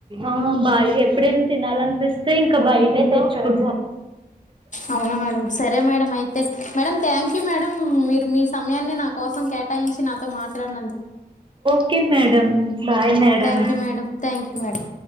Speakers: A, on the right (about 30°); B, on the left (about 50°).
A: ఆహ్ బయట ఎప్పుడైనా తినాలనిపిస్తే ఇంకా బయటె తెచ్చుకుం.
B: అవునా మేడం సరే మేడం అయితే మేడం థ్యాంక్యూ మేడం మీ. మీరు మీ సమయాన్ని నా కోసం కేటాయించి నాతో మాట్లాడినందుకు.
A: Okay madam. Bye madam
B: thank you madam thank you madam.